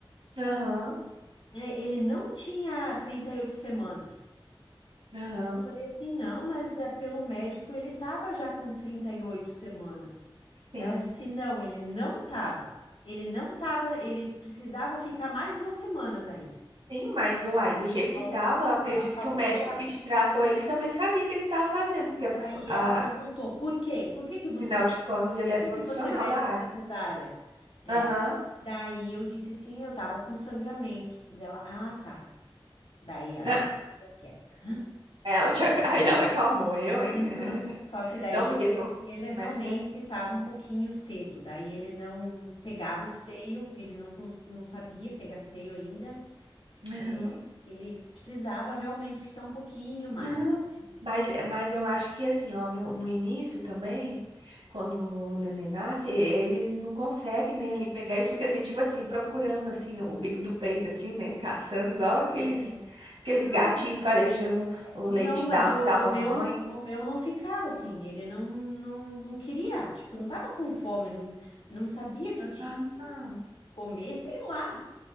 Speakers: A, on the right; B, on the left.
A: Aham.
B: É, Ele não tinha 38 semanas.
A: Aham.
B: Eu falei assim, não, mas é, pelo médico ele estava já com 38 semanas.
A: Sim.
B: Daí Ela disse, não, ele não estava. Ele não estava, ele precisava ficar mais duas semanas ainda.
A: Sim, mas uai, do jeito
B: Falou.
A: que tava, eu acredito
B: Ela falou
A: que o médico
B: brabo.
A: que te tratou, ele também sabia o que que tava fazendo, porque
B: Daí
A: prof- a-
B: ela perguntou, por quê? Por que que você,
A: afinal de contas ele
B: por
A: era
B: que
A: profissional
B: que você veio
A: da área.
B: fazer cesárea?
A: né?
B: É.
A: Aham.
B: Daí eu disse assim, eu tava com sangramento. Diz ela, ah, tá. Daí ela
A: Né? <laughs>
B: ficou quieta.
A: Aí Ela te, ac- aí ela acalmou eu, hein?
B: Aham.
A: <laughs>
B: Só que daí
A: Não, porque
B: ele,
A: tem um
B: ele realmente
A: médico que é.
B: estava um pouquinho cedo. Daí ele não pegava o seio, ele não, cons- não sabia pegar seio ainda.
A: Aham.
B: É, Ele precisava realmente ficar um pouquinho mais.
A: Não, mas, mas eu acho que assim, ó, no, no início também, quando o neném nasce, eles não conseguem, né, ali pegar, eles ficam assim, tipo assim, procurando, assim, o bico do peito, assim, né, caçando, igual aqueles,
B: Aham.
A: aqueles
B: Não,
A: gatinhos
B: mas
A: farejando o leite
B: Não, mas
A: da,
B: o,
A: da
B: o
A: mamãe.
B: meu, não- o meu não ficava assim, ele não, não, não queria, tipo, não tava com fome, não, não sabia que tinha
A: Ah, não.
B: que comer, sei lá,